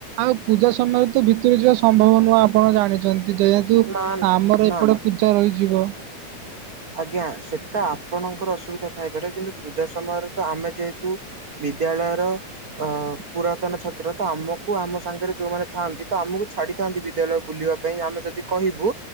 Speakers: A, on the right; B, on the right.
A: ଆଉ ପୂଜା ସମୟରେ ତ ଭିତୁରୁକୁ ଯିବା ସମ୍ଭବ ନୁହଁ ଆପଣ ଜାଣିଚ ନ୍ତି ଯେହେତୁ
B: ନା
A: ଆମର
B: ନା
A: ଏପଟେ
B: ନା
A: ପୂଜା ରହିଯିବ।
B: ଆଜ୍ଞା ସେଟା ଆପଣଙ୍କର ଅସୁବିଧା ଥାଇପାରେ କିନ୍ତୁ ପୂଜା ସମୟରେ ତ ଆମେ ଯେହେତୁ ବିଦ୍ୟାଳୟର ଅ ପୁରାତନ ଛାତ୍ର ତ ଆମକୁ ଆମ ସାଙ୍ଗେରେ ଯୋଉମାନେ ଥାଆନ୍ତି ତ ଆମୁକୁ ଛାଡିଥାନ୍ତି ବିଦ୍ୟାଳୟ ବୁଲିବା ପାଇଁ ଆମେ ଯଦି କହିବୁ